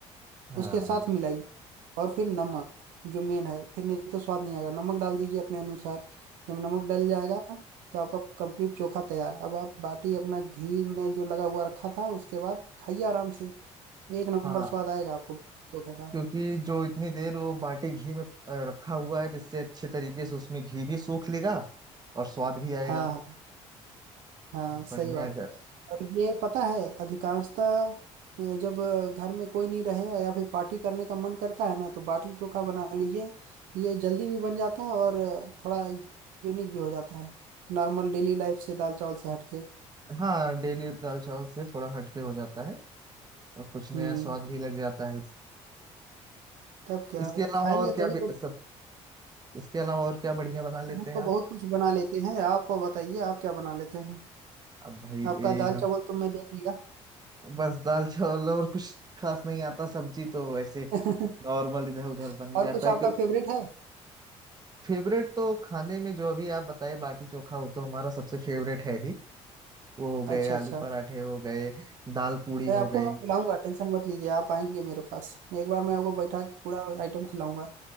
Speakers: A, on the right; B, on the right.
A: हाँ
B: उसके साथ मिलाइए और फिर नमक जो मेन है फिर नहीं तो स्वाद नहीं आएगा नमक डाल दीजिए अपने अनुसार जब नमक डल जाएगा तो आपका कंप्लीट चोखा तैयार अब आप बाटी अपना घी में जो लगा हुआ रखा था उसके बाद खाइए आराम से एक नंबर
A: हाँ
B: स्वाद आएगा आपको चोखा का
A: क्योंकि जो इतनी देर वो बाटी घी में अ, रखा हुआ है तो इससे अच्छे तरीके से उसमें घी भी सूख लेगा और स्वाद भी आएगा
B: हाँ हाँ। हाँ सही
A: बढ़िया
B: बात
A: अगर
B: और ये पता है अधिकांशतः अ, जब घर में कोई नहीं रहे या फिर पार्टी करने का मन करता है ना तो बाटी चोखा बना लीजिए ये जल्दी भी बन जाता है और थोड़ा यूनिक भी हो जाता है नॉर्मल डेली लाइफ से दाल चावल से हटके
A: हाँ डेली दाल चावल से थोड़ा हटके हो जाता है और कुछ नया
B: हम्म
A: स्वाद भी लग जाता है
B: तब क्या
A: इसके
B: अब
A: अलावा
B: खाएंगे
A: और क्या
B: तभी
A: बे-
B: तो
A: सर इसके अलावा और क्या बढ़िया बना लेते
B: हम
A: हैं
B: तो
A: आप
B: बहुत कुछ बना लेते हैं आप बताइए आप क्या बना लेते हैं
A: अब भाई यही
B: आपका दाल
A: हम
B: चावल तो मैं देख लिया
A: बस दाल चावल और कुछ खास नहीं आता सब्जी तो वैसे
B: <laughs>
A: नॉर्मल इधर उधर बन
B: और
A: जाता
B: कुछ
A: है
B: आपका
A: क्यों
B: फेवरेट है
A: फेवरेट तो खाने में जो अभी आप बताए बाटी चोखा वो तो हमारा सबसे फेवरेट है ही वो हो गए
B: अच्छा अच्छा
A: आलू पराठे हो गए दाल पूड़ी
B: अरे
A: हो
B: आपको
A: गई
B: मैं खिलाऊंगा टेंशन मत लीजिए आप आएंगे मेरे पास एक बार मैं आपको बैठा के पूरा आइटम खिलाऊंगा